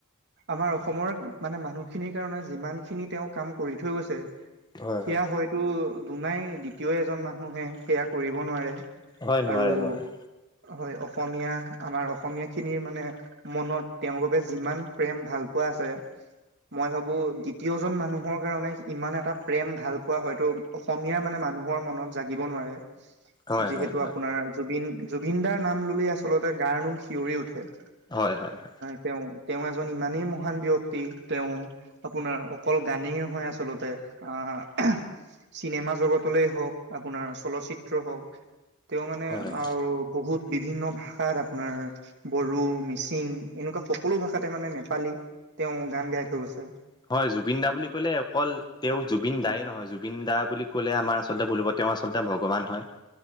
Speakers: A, on the right; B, on the left.
A: আমাৰ অসমৰ মানে মানুহখিনিৰ কাৰণে যিমান খিনি তেওঁ কাম কৰি থৈ গৈছে।
B: হয়
A: সেয়া
B: হয়
A: হয়তো দুোনাই দ্বিতীয় এজন মানুহে সেয়া কৰিব নোৱাৰে।
B: হয় নোৱাৰে
A: আৰু
B: নোৱাৰে।
A: হয় অসমীয়া আমাৰ অসমীয়া খিনিৰ মানে মনত তেওঁৰ বাবে যিমান প্ৰেম ভাল পোৱা মই ভাবো দ্বিতীয়জন মানুহৰ কাৰণে ইমান এটা প্ৰেম ভাল পোৱা হয়তো অসমীয়া মানে মানুহৰ মনত জাগিব নোৱাৰে।
B: হয়
A: যিহেতু
B: হয় হয়
A: আপোনাৰ জুবিন জুবিন দাৰ নাম ললে আচলতে গাৰ নোম শিয়ৰি উঠে।
B: হয় হয় হয়।
A: তেওঁ তেওঁ এজন ইমানেই মহান ব্যক্তি তেওঁ আপোনাৰ অকল গানেই নহয় আচলতে- আহ চিনেমা জগতলৈ হওক আপোনাৰ চলচিত্ৰ হওক- তেওঁ মানে
B: হয়
A: আৰু বহুত- বিভিন্ন ভাষাত আপোনাৰ বড়ো, মিচিং, এনেকুৱা সকলো ভাষাতে মানে নেপালী, তেওঁ গান গাই থৈ গৈছে।
B: হয় জুবিন দা বুলি কলে অকল তেওঁ জুবিন দায় নহয় জুবিন দা বুলি ক'লে আমাৰ আচলতে বলব তেওঁ আচলতে ভগৱান হয়।